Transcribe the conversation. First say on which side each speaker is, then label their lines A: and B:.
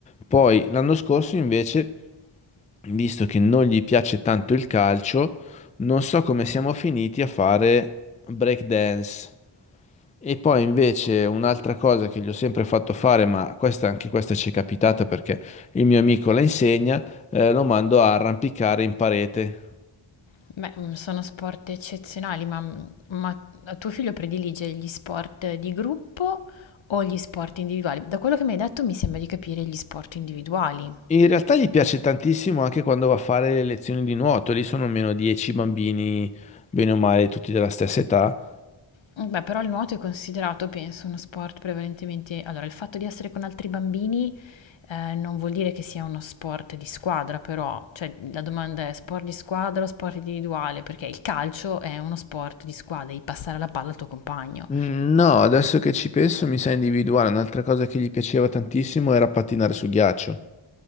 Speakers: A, on the left (about 15°); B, on the left (about 70°).
A: Poi l'anno scorso invece visto che non gli piace tanto il calcio, non so come siamo finiti a fare break dance. E poi invece un'altra cosa che gli ho sempre fatto fare, ma questa, anche questa ci è capitata perché il mio amico la insegna, eh, lo mando a arrampicare in parete.
B: Beh, mm, sono sport eccezionali, ma, ma tuo figlio predilige gli sport di gruppo o gli sport individuali? Da quello che mi hai detto mi sembra di capire gli sport individuali.
A: In realtà gli piace tantissimo anche quando va a fare le lezioni di nuoto, lì sono almeno 10 bambini, bene o male, tutti della stessa età.
B: Mh, beh, però il nuoto è considerato, penso, uno sport prevalentemente allora, il fatto di essere con altri bambini, ehm, non vuol dire che sia uno sport di squadra però, cioè la domanda è: sport di squadra o sport individuale? Perché il calcio è uno sport di squadra, devi passare la palla al tuo compagno.
A: Mm, No, adesso che ci penso mi sa individuare, un'altra cosa che gli piaceva tantissimo era pattinare su ghiaccio.